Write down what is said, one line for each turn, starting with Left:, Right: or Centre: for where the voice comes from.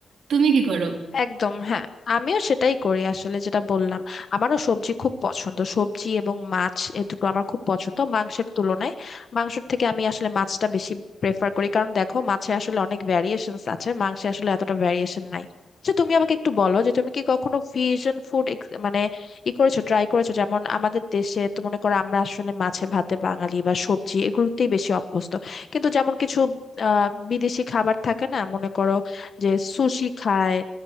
Right: তুমি কি করো
Left: একদম হ্যাঁ আমিও সেটাই করি আসলে যেটা বললাম আমারও সবজি খুব পছন্দ সবজি এবং মাছ এ দুটো আমার খুব পছন্দ মাংসের তুলনায় মাংসের থেকে আমি আসলে মাছটা বেশি প্রেফার করি কারণ দেখো মাছে আসলে অনেক ভ্যারিয়েশনস আছে মাংসে আসলে এতটা ভ্যারিয়েশন নাই তো তুমি আমাকে একটু বলো যে তুমি কি কখনো ফিউশন ফুড মানে ই করেছো ট্রাই করেছো যেমন আমাদের দেশে তো মনে করো আমরা আসলে মাছে ভাতে বাঙালি বা সবজি এগুলোতেই বেশি অভ্যস্ত কিন্তু যেমন কিছু আহ বিদেশি খাবার থাকে না মনে করো যে সুশি খায়